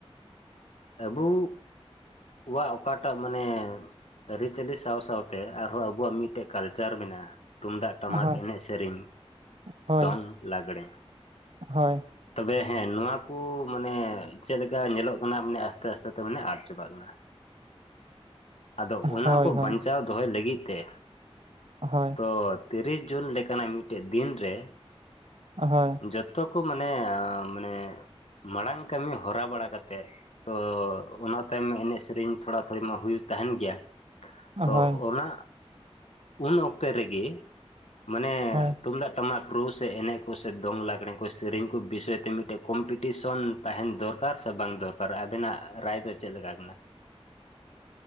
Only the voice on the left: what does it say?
ᱟᱹᱵᱩ ᱠᱚᱣᱟᱜ ᱚᱠᱟᱴᱟᱜ ᱢᱟᱱᱮ ᱟᱹᱨᱤᱪᱟᱹᱞᱤ ᱥᱟᱶ ᱥᱟᱶᱛᱮ ᱟᱨᱦᱚᱸ ᱟᱵᱚᱣᱟᱜ ᱢᱤᱫᱴᱮᱡ ᱠᱟᱞᱪᱟᱨ ᱢᱮᱱᱟᱜᱼᱟ᱾ ᱛᱩᱢᱫᱟᱜ, ᱴᱟᱢᱟᱠ
ᱮᱱᱮᱡ ᱥᱮᱨᱮᱧ
ᱫᱚᱝ, ᱞᱟᱜᱽᱲᱮ,
ᱛᱚᱵᱮ ᱦᱮᱸ ᱱᱚᱣᱟ ᱠᱚ ᱢᱟᱱᱮ ᱪᱮᱫ ᱞᱮᱠᱟ ᱧᱮᱞᱚᱜ ᱠᱟᱱᱟ ᱢᱟᱱᱮ ᱟᱥᱛᱮ ᱟᱥᱛᱮ ᱛᱮ ᱢᱟᱱᱮ ᱟᱫ ᱪᱟᱵᱟᱜ ᱠᱟᱱᱟ᱾ ᱟᱫᱚ ᱚᱱᱟ
ᱠᱚ
ᱵᱟᱧᱪᱟᱣ ᱫᱚᱦᱚᱭ ᱞᱟᱹᱜᱤᱫ ᱛᱮ,
ᱛᱚ ᱛᱤᱨᱤᱥ ᱡᱩᱱ ᱞᱮᱠᱟᱱᱟᱜ ᱢᱤᱫᱴᱮᱱ ᱫᱤᱱ ᱨᱮ
ᱡᱚᱛᱚ ᱠᱚ ᱢᱟᱱᱮ ᱢᱟᱱᱮ ᱢᱟᱲᱟᱝ ᱠᱟᱹᱢᱤ ᱦᱚᱨᱟ ᱵᱟᱲᱟ ᱠᱟᱛᱮᱜ ᱛᱚ ᱚᱱᱟ ᱛᱟᱭᱚᱢ ᱮᱱᱮᱡ ᱥᱮ ᱥᱮᱨᱮᱧ ᱛᱷᱚᱲᱟ ᱛᱷᱚᱲᱤ ᱢᱟ ᱦᱩᱭᱩᱜ ᱛᱟᱦᱮᱱ ᱜᱮᱭᱟ, ᱛᱚ
ᱚᱱᱟ ᱩᱱ ᱚᱠᱛᱮ ᱨᱮᱜᱮ ᱢᱟᱱᱮ
ᱛᱩᱢᱫᱟᱜ ᱴᱟᱢᱟᱠ ᱨᱩ ᱥᱮ ᱮᱱᱮᱡ ᱠᱚ ᱥᱮ ᱫᱚᱝ ᱞᱟᱜᱽᱲᱮ ᱠᱚ ᱥᱮᱨᱮᱧ ᱠᱚ ᱵᱤᱥᱚᱭ ᱛᱮ ᱢᱤᱫᱴᱮᱱ ᱠᱚᱢᱯᱤᱴᱤᱥᱚᱱ ᱛᱟᱦᱮᱱ ᱫᱚᱨᱠᱟᱨ ᱥᱮ ᱵᱟᱝ ᱫᱚᱨᱠᱟᱨ ᱟᱵᱤᱱᱟᱜ ᱨᱟᱭ ᱫᱚ ᱪᱮᱫ ᱞᱮᱠᱟ ᱠᱟᱱᱟ?